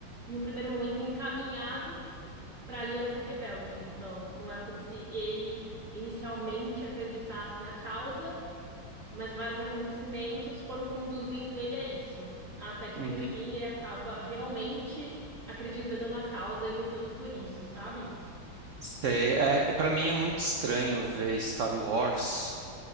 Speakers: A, on the right (about 40°); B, on the right (about 80°).
A: em um primeiro momento, encaminhado para a Aliança Rebelde. Então, não é como se ele inicialmente acreditasse na causa mas vários acontecimentos foram conduzindo ele a isso, até que
B: Uhum.
A: por fim ele acaba realmente acreditando na causa e lutando por isso, sabe?
B: Sei, é, para mim é muito estranho ver Star Wars